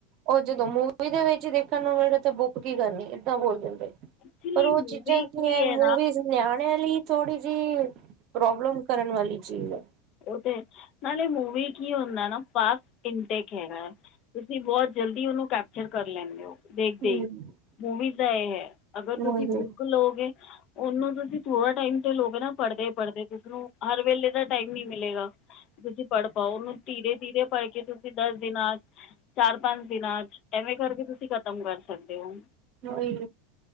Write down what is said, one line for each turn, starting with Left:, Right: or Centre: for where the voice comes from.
Right: ਓ ਜਦੋਂ ਮੂ ਵੀ ਦੇ ਵਿੱਚ ਈ ਦੇਖਣ ਨੂੰ ਮਿਲ ਰੇ ਤੇ ਬੁੱਪ ਕੀ ਕਰਨੀ ਏਦਾਂ ਬੋਲ ਦੇਂਦੇ।
Left: ਐਕਚੁਲੀ
Right: ਪਰ ਓ
Left: ਮੂਵੀ
Right: ਚੀਜ਼ਾਂ ਕੀ ਐ
Left: ਹੈ
Right: ਮੂਵੀਜ਼ ਨਿਆਣਿਆਂ ਲਈ ਥੋੜੀ ਜੀ ਪ੍ਰੋਬਲਮ <unintelligible> ਵਾਲੀ ਚੀਜ਼ ਐ।
Left: ਓ ਤੇ ਨਾਲੇ ਮੂਵੀ ਕੀ ਹੁੰਦਾ ਨਾ ਫਾਸਟ ਇਨਟੇਕ ਹੈਗਾ ਐ। ਤੁਸੀਂ ਬੋਤ ਜਲਦੀ ਓਨੂੰ ਕੈਪਚਰ ਕਰ ਲੈਂਦੇ ਓ। ਦੇਖਦੇ
Right: ਹਮ
Left: ਈ, ਮੂਵੀਜ਼ ਦਾਂ ਏ ਹੈ ਅਗਰ ਤੁਸੀਂ
Right: ਉਹੀ
Left: ਬੁੱਕ ਲੋਗੇ ਓਨੂੰ ਤੁਸੀਂ ਥੋੜਾ ਟਾਈਮ ਤੇ ਲੋਗੇ ਨਾ ਪੜਦੇ-ਪੜਦੇ ਤੇ ਉਸਨੂੰ ਹਰ ਵੇਲੇ ਦਾ ਟਾਈਮ ਨੀ ਮਿਲੇਗਾ ਤੁਸੀਂ ਪੜ ਪਾਓ ਓਨੂੰ ਧੀਰੇ-ਧੀਰੇ ਪੜ ਕੇ ਤੁਸੀਂ ਦਸ ਦਿਨਾਂ ਚਾਰ-ਪੰਜ ਦਿਨਾਂ 'ਚ ਐਵੇਂ ਕਰਕੇ ਤੁਸੀਂ ਖ਼ਤਮ ਕਰ ਸਕਦੇ ਹੋ
Right: ਉਹੀ